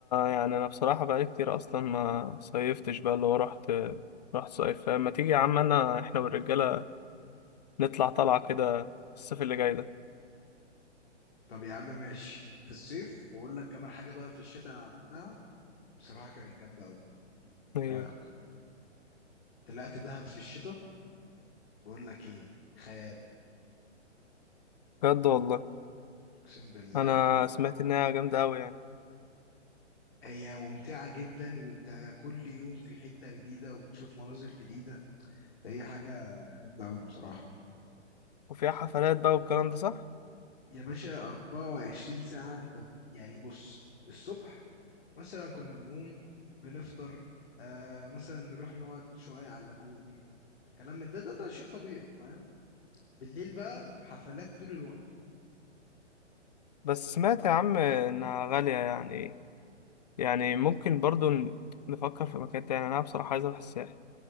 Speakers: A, on the left; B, on the left.
A: يعني أنا بصراحة بقالي كتير أصلا ما صيفتش بقى اللي هو رحت رحت صيف فما تيجي يا عم أنا إحنا والرجالة نطلع طلعة كده الصيف اللي جاي ده
B: طب يا عم ماشي في الصيف واقول لك كمان حاجه بقى في الشتاء انا عملتها بصراحه كانت جامده قوي
A: إيه،
B: رايك طلعت دهب في الشتاء بقول لك ايه خيال
A: بجد والله
B: اقسم بالله
A: أنا سمعت إنها جامدة أوي يعني
B: هي ممتعه جدا وانت كل يوم في حته جديده وبتشوف مناظر جديده فهي حاجه جامده قوي بصراحه
A: وفيها حفلات بقى والكلام ده صح؟
B: يا باشا 24 ساعه انت يعني بص الصبح مثلا كنا بنقوم بنفطر آه مثلا نروح نقعد شويه على اللاجون كلام من ده ده, ده شيء طبيعي فاهم بالليل بقى حفلات طول الوقت
A: بس سمعت
B: فاهم
A: يا عم انها غالية يعني يعني ممكن برضو ن- نفكر في مكان تاني انا بصراحة عايز اروح الساحل